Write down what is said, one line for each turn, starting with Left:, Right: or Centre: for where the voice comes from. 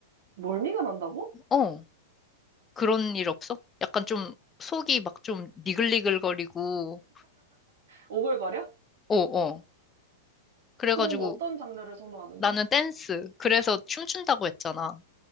Right: 멀미가 난다고?
Left: 어. 그런 일 없어? 약간 좀 속이 막 좀 니글니글거리고,
Right: 오글거려?
Left: 어, 어. 그래가지고
Right: 그럼 어떤 장르를 선호하는데?
Left: 나는 댄스. 그래서 춤춘다고 했잖아.